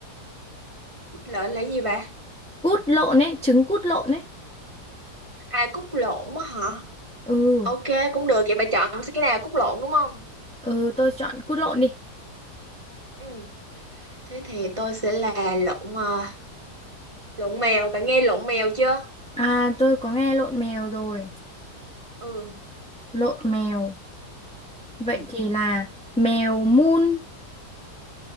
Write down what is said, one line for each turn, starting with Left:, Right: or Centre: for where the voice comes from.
Right: Cút lợn là gì bà?
Centre: Cút lộn ấy, trứng cút lộn ấy.
Right: À cút lộn á hả?
Centre: Ừ,
Right: Ok cũng được, vậy bà chọn cái nào cút lộn đúng không?
Centre: ừ tôi chọn cút lộn đi.
Right: Ừ. Thế thì tôi sẽ là lộn à, lộn mèo, bạn nghe lộn mèo chưa?
Centre: À, tôi có nghe lộn mèo rồi.
Right: Ừ.
Centre: Lộn mèo. Vậy
Right: Ừ.
Centre: thì là mèo mun.